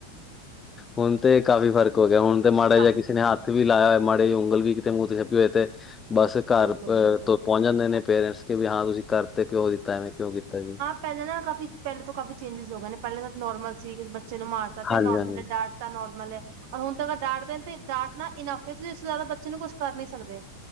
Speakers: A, on the left; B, on the right.
A: ਹੁਨ ਤੇ ਕਾਫ਼ੀ ਫ਼ਰਕ ਹੋ ਗਿਆ ਹੁਨ ਤੇ
B: ਹੁਣ
A: ਮਾੜਾ
B: ਕਾਫੀ
A: ਜਿਆ ਕਿਸੇ
B: ਫਰਕ
A: ਨੇ ਹੱਥ ਵੀ ਲਾਇਆ ਹੋਏ ਮਾੜਾ ਤੇ ਉਂਗਲ ਵੀ ਕਿਤੇ ਮੂੰਹ ਤੇ ਛਪੀ ਹੋਏ ਤੇ ਬਸ ਘਰ
B: ਬਿਲਕੁਲ
A: ਅ
B: ਬਿਲਕੁਲ
A: ਤੋ ਪੋਂਚ ਜਾਂਦੇ ਨੇ ਪੇਰੈਂਟਸ ਕੀ ਵੀ ਹਾਂ ਤੁਸੀ ਕਰ ਤੇ ਕਿਉਂ ਦਿੱਤਾ ਐਵੇਂ ਕਿਉਂ ਕੀਤਾ ਜੀ?
B: ਪੈਲੇ ਨਾਲ ਕਾਫੀ ਪੈਲੇ ਤੋ ਕਾਫ਼ੀ ਚੇਂਜਿਸ ਹੋ ਗਏ ਨੇ ਪੈਲੇ ਤਾਂ ਨੋਰਮਲ ਸੀ ਬੱਚੇ ਨੂੰ ਮਾਰਤਾ ਤੇ
A: ਹਾਂਜੀ,
B: ਐ ਨੋਰਮਲ
A: ਹਾਂਜੀ,
B: ਏ ਡਾਂਟ ਤਾ ਨੋਰਮਲ ਐ। ਔਰ ਹੁਨ ਤੇ ਅਗਰ ਡਾਂਟਦੇ ਸੀ ਡਾਂਟਨਾ ਇਨਫ ਇਸ ਲੀ ਇਸ ਤੋਂ ਜਆਦਾ ਬੱਚੇ ਨੂੰ ਕੁਛ ਕਰ ਨੀ ਸਕਦੇ।